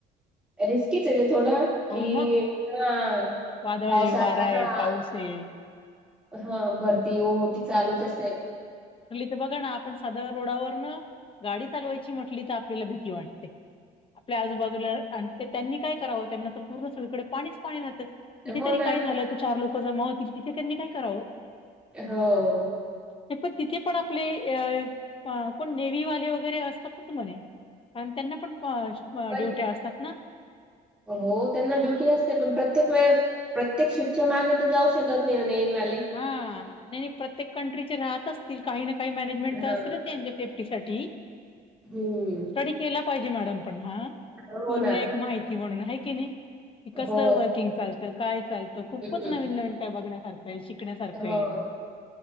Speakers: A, in the centre; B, on the left.
A: रिस्कीच हे ना थोडं, कि
B: हो मग
A: हं.
B: वादळ
A: पावसाचा
B: आहे, वारा आहे,
A: हा,
B: पाऊस आहे.
A: हा बर ती हो ओटी चालूच असते.
B: त बघा ना, आपण साधं रोडावरण
A: हम्म
B: गाडी चालवायची म्हटली तर आपल्याला भीती वाटते. आपल्या आजूबाजूला आणि ते त्यांनी काय करावं? त्यांना त पूर्ण सगळीकडे पाणीच पाणी राहतं. इथे
A: हो
B: तरी
A: ना
B: काय झालं तर चार लोक जमा होतील. तिथे त्यांनी काय करावं?
A: हो.
B: नाही पण तिथे पण आपले अ कोण? नेव्हीवाले वगैरे असतातच म्हणे. कारण त्यांना पण प
A: पण
B: ड्युटी असतात ना.
A: हो त्यांना ड्युटी असते. पण प्रत्येक वेळ प्रत्येक शिपच्या मागे तर जाऊ शकत नाही ना, नेव्ही वाले.
B: हा, नाही नाही प्रत्येक कंट्रीचे राहत असतील. काही ना काही मॅनेजमेंट
A: हा
B: त असतीलच त्यांचे सेफ्टी साठी.
A: हम्म.
B: स्टडी केला पाहिजे मॅडम पण हा.
A: हो
B: पूर्ण
A: ना
B: एक माहिती म्हणून हाये की नाही? की कसं
A: हो
B: वर्किंग चालतं? काय चालतं? खूपच
A: हम्म
B: नवीन नवीन काय बघण्यासार खय. शिकण्यासारखंय.
A: हो.